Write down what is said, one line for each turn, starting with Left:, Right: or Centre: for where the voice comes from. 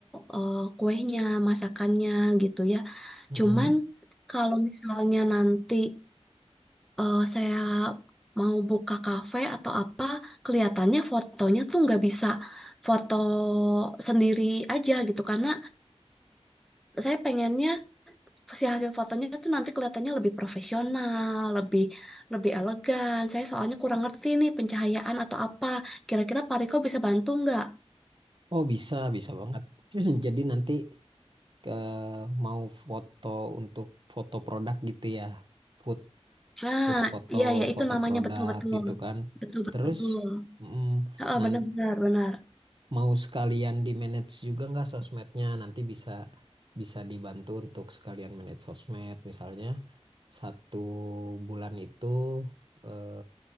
Centre: eh, kuehnya, masakannya gitu ya.
Right: Mm.
Centre: Cuman kalau misalnya nanti eh, saya mau buka kafe atau apa, kelihatannya fotonya tuh nggak bisa foto sendiri aja gitu karena saya pengennya si hasil fotonya itu nanti kelihatannya lebih profesional, lebih lebih elegan. Saya soalnya kurang ngerti nih pencahayaan atau apa. Kira-kira Pak Riko bisa bantu nggak?
Right: Oh bisa bisa banget. <clears throat> Jadi nanti ke mau foto untuk foto produk gitu ya. food.
Centre: Nah,
Right: Buat foto,
Centre: iya ya itu
Right: foto
Centre: namanya
Right: produk
Centre: betul-betul.
Right: gitu kan.
Centre: Betul-betul.
Right: Terus mm,
Centre: Heeh,
Right: nan-
Centre: benar-benar benar.
Right: mau sekalian di manage juga nggak sosmednya? Nanti bisa bisa dibantu untuk sekalian manage sosmed. Misalnya satu bulan itu eh,